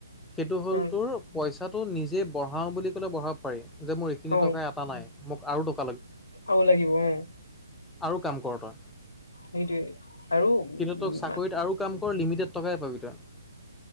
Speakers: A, in the centre; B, on the left.
A: সেইটো হ'ল
B: উম
A: তোৰ পইচাটো নিজে বঢ়াওঁ বুলি ক'লে বঢ়াব পাৰি, যে মোৰ এইখিনি
B: অ
A: টকাই অতা নাই। মোক আৰু দৰকাৰ
B: আৰু লাগিব, অ'
A: আৰু কাম কৰ তই।
B: সেইটোৱে, আৰু উ
A: কিন্তু তোক চাকৰিত আৰু কাম কৰ লিমিটেড টকাই পাবি তই।